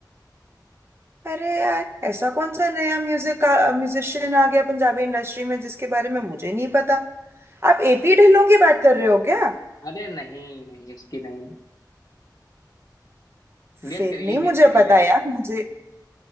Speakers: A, on the right (about 35°); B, on the left (about 55°).
A: अरे यार ऐसा कौन सा नया म्यूजिक म्यूजिशियन आ गया पंजाबी इंडस्ट्री में जिसके बारे में मुझे नहीं पता आप एपी ढिल्लों की बात कर रहे हो क्या
B: अरे नहीं नहीं उसकी नहीं गेस
A: फिर
B: करिए
A: नहीं मुझे
B: गेस करिए
A: पता यार
B: आप
A: मुझे